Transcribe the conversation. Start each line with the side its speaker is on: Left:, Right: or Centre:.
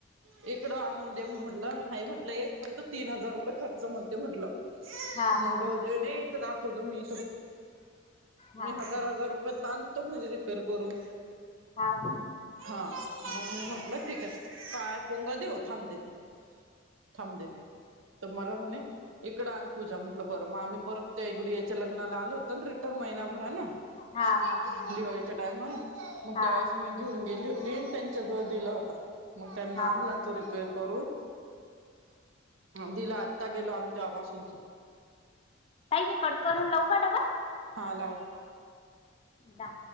Right: एक तीकडं आनुनदे म्हटलं नाही म्हटलं एक पण तो तीन हजार रुपये खर्च म्हणते म्हटलं.
Left: हा
Right: मग
Left: हा हा
Right: बहज नाही तर दाखव <unintelligible> <unintelligible> मी
Left: हा
Right: मी हजार हजार रुपये तातो म्हे रिपेर करून
Left: हा हा हाव
Right: हा मग मी
Left: ना
Right: म्हटलं ठीके काय पोंगा देऊन थांब देते थांब देते तर मला म्हणे इकड अ पूजा म्हटलं बरं मग आम्ही परत <unintelligible> त्यागड याच्या लग्नाला आलो होत रिटर्न महिनाभरा ला. <unintelligible>
Left: हा हा हा
Right: दिवाळी च काय मग. मग
Left: हा
Right: त्या ववेळेस मी घेऊन गेली होती. टीन त्यांच्या जवळ दिला होता. मग त्यांना
Left: हा
Right: आणलं
Left: हा
Right: र करून दिला, आता गेलो आम्ही तेव्हापासूनच.
Left: ऐक की कट करून लावू का डबल.
Right: हा लावा.
Left: दा